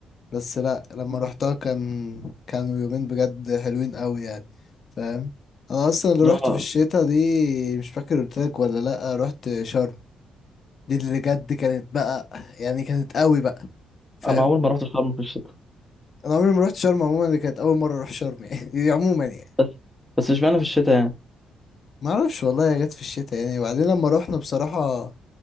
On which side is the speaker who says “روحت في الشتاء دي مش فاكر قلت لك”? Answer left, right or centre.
Left